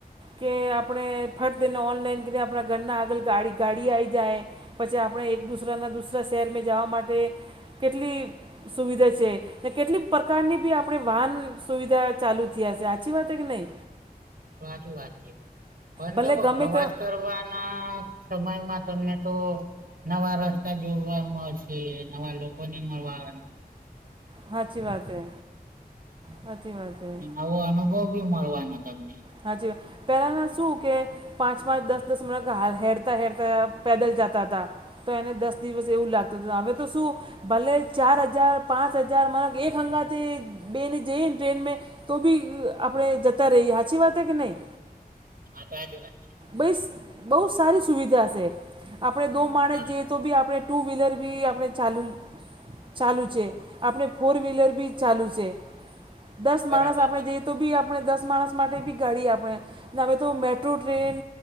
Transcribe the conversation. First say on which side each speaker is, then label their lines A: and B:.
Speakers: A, on the right (about 30°); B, on the right (about 60°).
A: કે આપણે ફટ દને ઓનલાઈન કરી આપણા ઘરના આગળ ગાડી આઈ જાય. પછી આપણે એક દુસરાના દુસરા શહેરમાં જવા માટે, કેટલી સુવિધા છે. ને કેટલીક પ્રકારની બી આપણે વાહન સુવિધા ચાલુ થયા છે સાચી વાત કે નહી.
B: સાચી વાત છે, પણ
A: ભલે
B: જો
A: ગમે
B: પ્રવાસ
A: તે
B: કરવા ના પ્રમાણ માં તમને તો નવા રસ્તા જોડવા મળશે નવા લોકો ને મળવા
A: સાાચી વાત હૈ, સાચી વાત હૈ.
B: આવો અનુભવ બી મળવાનો તમને.
A: હાજી વાત પહેલાના શું કે પાંચ પાંચ દસ દસ મિનટ હાલ હેરતા હેરતા પેદલ જતા હતા. તો એને દસ દિવસ એવું લાગતું હત હવે તો શું ભલે ચાર હજાર પાંચ હજાર અ મ એક હંગા બેને જઈ ટ્રેન, તો ભી આપણે જતા રહી અચછી વાતે કે નઈ.
B: હા તો આ જો વાત છે.
A: બ બહુ સારી સુવિધા છે, આપણે દો માણસ
B: હા
A: જે તો બી આપણે ટુ વ્હીલર બી આપણે ચાલુ ચાલુ છે. આપણે ફોર વ્હીલર બી ચાલુ છે, દસ
B: બરાબર
A: માણસ આપણે
B: છે
A: જઈએ તો બી આપણે દસ માણસ માટે બી ગાડી આપણે, હવે તો મેટ્રો ટ્રેન